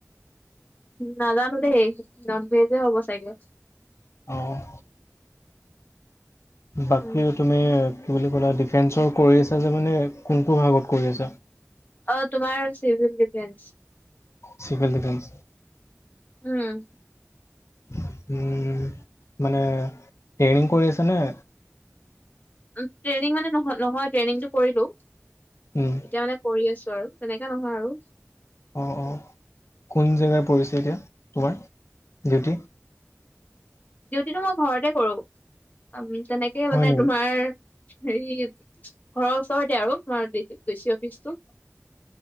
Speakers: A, on the left; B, on the left.
A: নাজানো দেই নন ভেজে হ'ব চাগে।
B: অ'। বাকী
A: উম
B: তুমি কি বুলি ক'লা ডিফেণ্ডচৰ কৰি আছা যে মানে কোনটো ভাগত কৰি আছা।
A: অ', তোমাৰ চিভিল ডিফেন্স।
B: Civil defence.
A: উম।
B: উম, মানে ট্ৰেইনিং কৰি আছা নে?
A: ট্ৰেইনিং মানে নহয় ট্ৰেইনিংটো কৰিলোঁ।
B: উম।
A: এতিয়া মানে কৰি আছো আৰু, তেনেকা নহয় আৰু।
B: অ', অ', কোন জেগা পৰিছে এতিয়া, তোমাৰ ডিউটি।
A: ডিউটিটো মই ঘৰতে কৰোঁ, উম, তেনেকে
B: হয়
A: মানে
B: নেকি
A: তোমাৰ হেৰি, ঘৰৰ ওচৰতে আৰু তোমাৰ ডি চি অফিচটি।